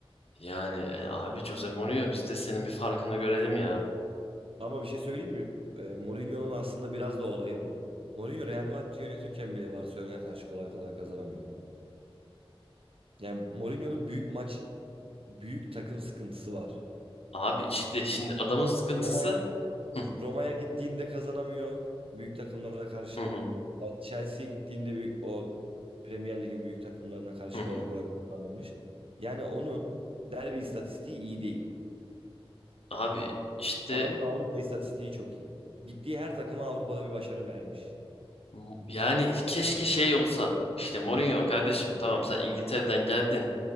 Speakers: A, on the left (about 75°); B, on the right (about 65°).
A: Yani e, abi Jose Mourinho biz de senin bir farkını görelim ya.
B: Ama bir şey söyleyeyim mi? E, Mourinho'nun aslında biraz da olayı bu. Mourinho Real Madrid'i yönetiyorken bile Barcelona'ya karşı kolay kolay kazanamıyordu. Yani Mourinho'nun büyük maç, büyük takım sıkıntısı var.
A: Abi işte şimdi adamın sıkıntısı
B: Roma'ya
A: Hı
B: Roma'ya gittiğinde kazanamıyor büyük takımlara karşı.
A: hı,
B: Yani Chelsea'ye gittiğinde büyük, o Premier Lig'in büyük takımlarına karşı
A: hı hı.
B: kolay
A: hı.
B: kolay kazanamamış. Yani onun derbi istatistiği iyi değil.
A: Abi işte
B: Adamın Avrupa istatistiği çok iyi. Gittiği her takıma Avrupa'da bir başarı vermiş.
A: m- yani keşke şey olsa işte Mourinho kardeşim tamam sen İngiltere'den geldin